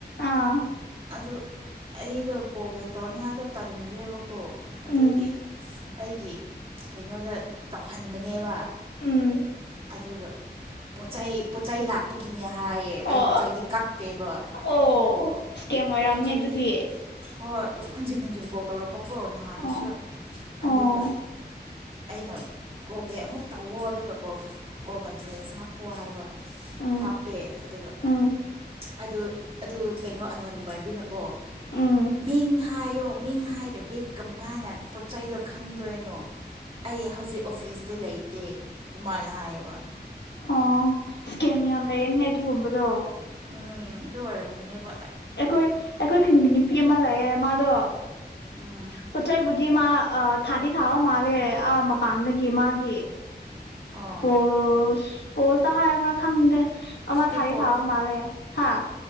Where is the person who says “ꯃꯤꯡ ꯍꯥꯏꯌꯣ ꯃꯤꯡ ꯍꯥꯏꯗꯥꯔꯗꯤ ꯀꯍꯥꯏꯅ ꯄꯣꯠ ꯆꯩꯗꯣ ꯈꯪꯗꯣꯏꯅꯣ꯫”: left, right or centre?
Right